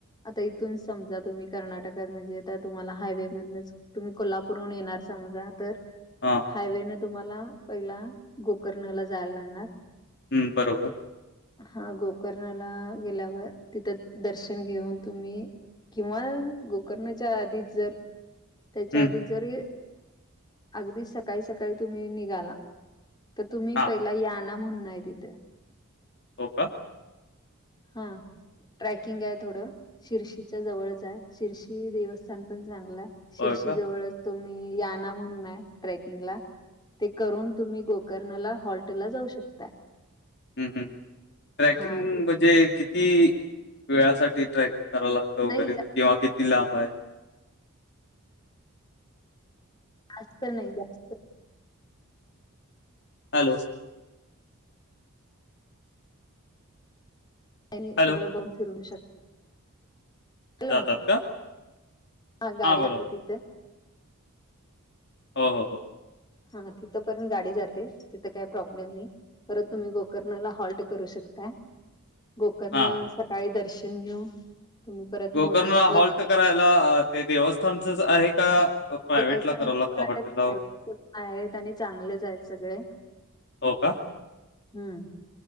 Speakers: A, on the left (about 20°); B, on the left (about 50°).
A: आता इथून समजा तुम्ही कर्नाटकात म्हणजे आता तुम्हाला हायवेमधूनच तुम्ही कोल्हापूरहून येणार समजा तर
B: हां.
A: हायवेन तुम्हाला पहिला गोकर्णला जायला लागणार.
B: हम्म बरोबर.
A: हा गोकर्णाला गेल्यावर तिथं दर्शन घेऊन तुम्ही किंवा गोकर्णच्या आधीच जर त्याच्या
B: हं,
A: आधीच जरी आगदी सकाळी सकाळी तुम्ही निघाला तर तुम्ही
B: हां.
A: पहिला याना म्हणून आहे तिथं.
B: हो का?
A: हा. ट्रॅकिंग आहे थोडं शिर्शीच्या जवळच आहे शिर्शी देवस्थान पण चांगल हाय. शिर्षी
B: होय का?
A: जवळच तुम्ही याना म्हणून आहे ट्रॅकिंगला. ते करून तुम्ही गोकर्णला हॉल्टलला जाऊ शकताय.
B: हम्म हम्म. ट्रॅकिंग
A: हा ते
B: म्हणजे किती वेळासाठी ट्रॅकिंग करा लाग वगैरे
A: नाही
B: किंवा और किती लांब हाय?
A: जास्त नाही, जास्त नाही.
B: हॅलो.
A: आणि
B: हॅलो.
A: सगळं <unintelligible> फिरवू शक हॅलो.
B: जातात का?
A: हा गाडी
B: हां, बोला.
A: जाते ती
B: हो, हो.
A: हा हा तिथंपर्यंत गाडी जाते, तिथं काही प्रॉब्लेम नाही. परत तुम्ही गोकर्णाला हॉल्ट करू शकताय. गोकर्ण
B: हां.
A: सकाळी दर्शन घेऊन. तुम्ही परत
B: गोकर्ण
A: मुर्डेश्वर
B: हॉल्ट करायला ते देवस्थानचच आहे का. अ, प्रायव्हेटला
A: देवस्थानच
B: करावं लागतं
A: पण आहेत
B: हॉटेलला?
A: प्रायटच पण आहेत आणि चांगलेच आहेत सगळे.
B: हो का
A: हम्म